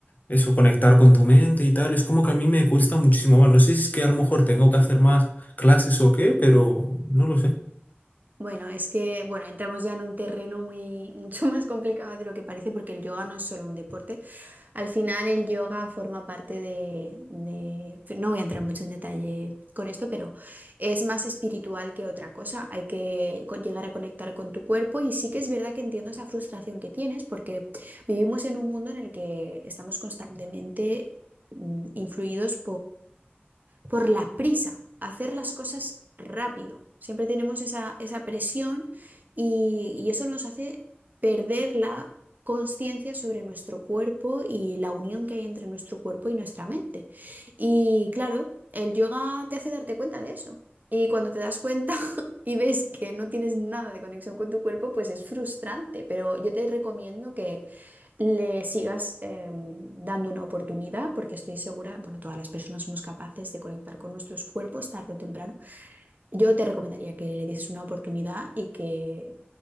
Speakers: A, on the left; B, on the right.
A: eso, conectar con tu mente y tal. Es como que a mí me cuesta muchísimo más. No sé si es que a lo mejor tengo que hacer más clases o qué, pero no lo sé.
B: Bueno, es que, bueno, entramos ya en un terreno muy, <laughs> mucho más complicado de lo que parece porque el yoga no es solo un deporte. Al final el yoga forma parte de, de- no voy a entrar mucho en detalle con esto, pero es más espiritual que otra cosa. Hay que co- llegar a conectar con tu cuerpo y sí que es verdad que entiendo esa frustración que tienes porque vivimos en un mundo en el que estamos constantemente mm, influidos por la prisa, hacer las cosas rápido. Siempre tenemos esa, esa presión y, y eso nos hace perder la conciencia sobre nuestro cuerpo y la unión que hay entre nuestro cuerpo y nuestra mente. Y claro, el yoga te hace darte cuenta de eso. Y cuando te das cuenta <laughs> y ves que no tienes nada de conexión con tu cuerpo, pues es frustrante. Pero yo te recomiendo que le sigas eh, dando una oportunidad, porque estoy segura, bueno, todas las personas somos capaces de conectar con nuestros cuerpos tarde o temprano. Yo te recomendaría que le dieses una oportunidad y que